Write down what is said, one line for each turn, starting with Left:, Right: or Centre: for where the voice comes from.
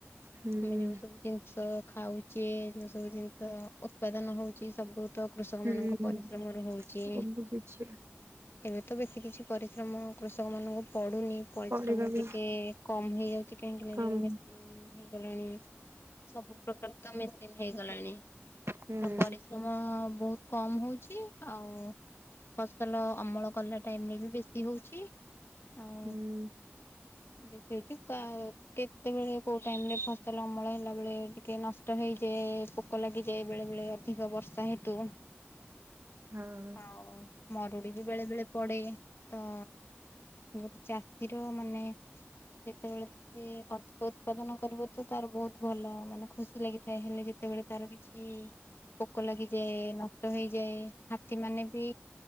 Right: ହୁଁ
Left: ଆମେ ଯୋଉ ସବୁ ଜିନିଷ ଖାଉଛ୍ ଛେ ଯୋଉ ସବୁ ଜିନିଷ ଉତ୍ପାଦନ ହଉଛି ସବୁ ତ କୃଷକ
Right: ହୁଁ
Left: ମାନଙ୍କ ପରିଶ୍ରମରୁ ହଉଛି।
Right: ସବୁ କିଛି
Left: ଏବେ ତ ବେଶୀ କିଛି ପରିଶ୍ରମ କୃଷକମାନଙ୍କୁ ପଡୁନି। ପରିଶ୍ରମ
Right: ପଡିବା ବି
Left: ଟିକେ କମ୍ ହେଇଯାଉଛି, କାହିଁକି ନା
Right: କମ୍
Left: ଯୋଉ ମେସିନ ହେଇଗଲାଣି। ସବୁ ପ୍ରକାର ତ ମେସିନ୍ ହେଇଗଲାଣି।
Right: ହୁଁ
Left: ସବ୍ ଜମ ବହୁତ୍ କମ୍ ହଉଛି ଆଉ ଫସଲ ଅମଳ କଲା ଟାଇମ୍ ରେ ବି ବେଶୀ ହଉଛି ଆଉ।
Right: <unintelligible>
Left: ବ ସେଛି କା ଉ। କେତେବେଳେ କୋଉ ଟାଇମ୍ ରେ ଫସଲ ଅମଳ ହେଲା ବେଳେ ଟିକେ ନଷ୍ଟ ହେଇଯାଏ। ପୋ ପୋକ ଲାଗିଯାଏ ବେଳେ ବେଳେ ଅଧିକ ବର୍ଷା ହେତୁ।
Right: ହଁ।
Left: ଆଉ ମରୁଡ଼ି ବି ବେଳେ ବେଳେ ପଡ଼େ ତ ଗୋଟେ ଚାଷୀର ମାନେ ଯେତେବେଳେ ସେ ଅଧିକ ଉତ୍ପାଦନ କରିବ ତ ତାର ବହୁତ ଭଲ ମାନେ ଖୁସି ଲାଗିଥାଏ ହେଲେ, ଯେତେବେଳେ ତାର କିଛି ପୋକ ଲାଗିଯାଏ ନଷ୍ଟ ହେଇଯାଏ। ହାତୀ ମାନେ ବି